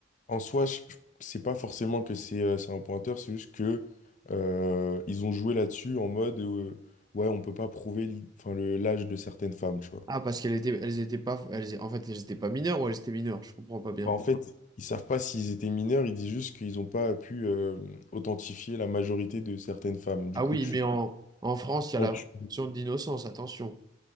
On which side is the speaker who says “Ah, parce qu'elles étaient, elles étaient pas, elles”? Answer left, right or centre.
Right